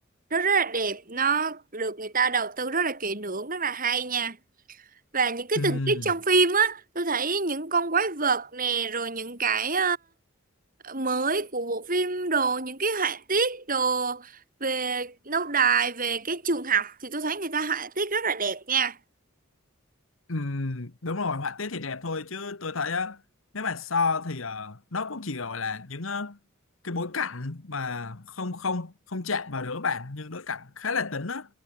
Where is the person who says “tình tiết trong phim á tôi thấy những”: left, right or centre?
Right